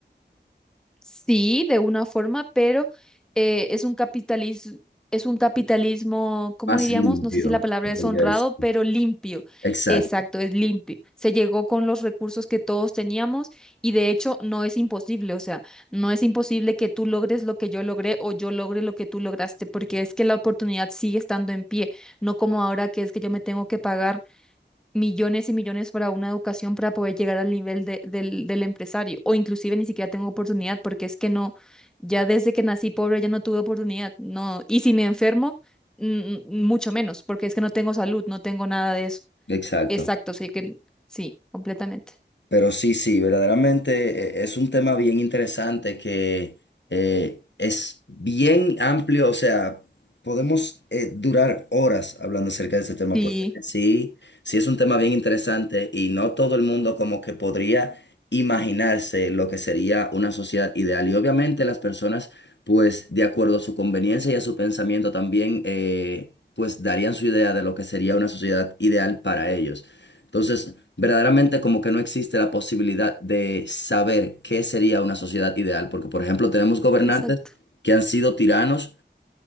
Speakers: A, in the centre; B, on the left (about 75°).
A: Sí, de una forma, pero eh, es un capitalismo, es un capitalismo, ¿cómo
B: más
A: diríamos?
B: limpio,
A: No sé si la palabra
B: se podría
A: es honrado,
B: decir.
A: pero limpio.
B: Exacto.
A: Exacto, es limpio. Se llegó con los recursos que todos teníamos y de hecho no es imposible, o sea, no es imposible que tú logres lo que yo logré o yo logre lo que tú lograste, porque es que la oportunidad sigue estando en pie, no como ahora que es que yo me tengo que pagar millones y millones para una educación para poder llegar al nivel de- del, del empresario o inclusive ni siquiera tengo oportunidad porque es que no, ya desde que nací pobre ya no tuve oportunidad, no, y si me enfermo, mm, mm, mucho menos porque es que no tengo salud, no tengo nada de eso.
B: Exacto.
A: Exacto, sí que sí, completamente.
B: Pero sí, sí, verdaderamente eh, es un tema bien interesante que eh, es bien amplio, o sea, podemos eh, durar horas hablando acerca de este tema,
A: Sí,
B: porque sí, sí es un tema bien interesante y no todo el mundo como que podría imaginarse lo que sería una sociedad ideal. Y obviamente las personas, pues, de acuerdo a su conveniencia y a su pensamiento también, eh, pues, darían su idea de lo que sería una sociedad ideal para ellos. Entonces, Verdaderamente como que no existe la posibilidad de saber qué sería una sociedad ideal, porque por ejemplo tenemos gobernantes
A: exacto.
B: que han sido tiranos